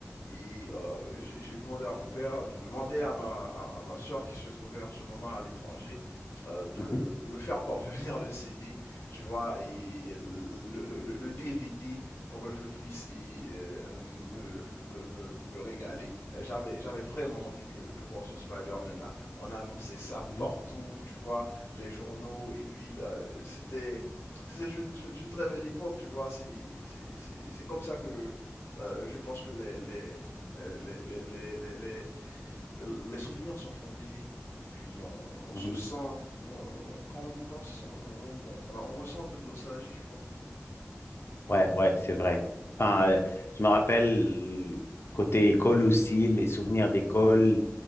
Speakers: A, on the left (about 75°); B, on the left (about 55°).
A: Et euh, j'ai j'ai demandé à mon père de demander à ma, à, à ma soeur qui se trouvait en ce moment à l'étranger euh, de,
B: Mhm,
A: de me faire parvenir le CD, tu vois, et le, le- le- le DVD pour que je puisse et, euh, me, me, me, me régaler. Euh, J'avais, j'avais vraiment envie que, de voir ce Spider-Man-là. On annonçait ça
B: mhm.
A: partout, tu vois, les journaux, et puis euh, c'était... C'était une, une une très belle époque, tu vois. C'est c'est- c'est- c'est comme ça que, euh, je pense que les, les, euh, les, les, les, les, les- les souvenirs sont fondés et puis on, on-
B: Mhm.
A: on se sent, on- on- on- quand on y pense, on, on, on- on a- on ressent un peu de nostalgie, tu vois.
B: Ouais, ouais, c'est vrai. Enfin, euh, je me rappelle côté école aussi, les souvenirs d'école,